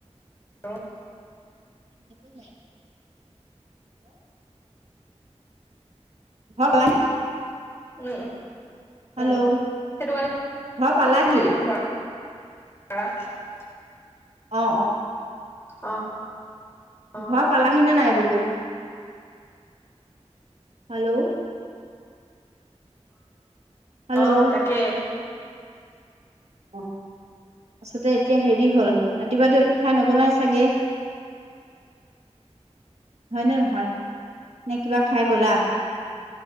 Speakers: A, on the left; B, on the right.
A: উম
B: হেল্ল' <unintelligible>
A: উম উম
B: হেল্ল'
A: সেইটো কাৰণে
B: ঘৰ পালাহি
A: মেলিব <unintelligible>
B: অ অ
A: অ অ
B: ঘৰ পালাহি নে নাই বোলো? হেল্ল' <unintelligible> হেল্ল'
A: অ তাকে
B: অ আছতে এতিয়া হেৰি হল ৰাতিপুৱাতো একো খাই নগলাই চাগে হয়নে নহয় নে কিবা খাই গলা